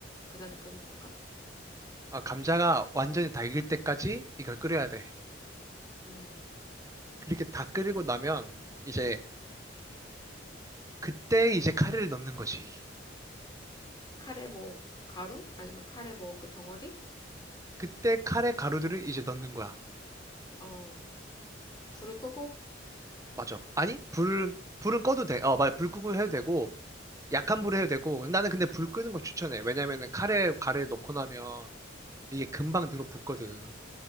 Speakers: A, on the left; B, on the right.
A: 그 다음에 끄는 건가?
B: 아, 감자가 완전히 다 익을 때까지 이걸 끓여야 돼.
A: 음,
B: 그렇게 다 끓이고 나면 이제 그때 이제 카레를 넣는 거지.
A: 카레 뭐, 가루? 아니면 카레 뭐, 그 덩어리?
B: 그때 카레 가루들을 이제 넣는 거야.
A: 어, 불을 끄고,
B: 맞아. 아니, 불, 불은 꺼도 돼. 어, 맞아. 불 끄고 해도 되고, 약한
A: 어,
B: 불에 해도 되고. 나는 근데 불 끄는 걸 추천해. 왜냐면은 카레, 가래를 넣고 나면 이게 금방 늘어붙거든.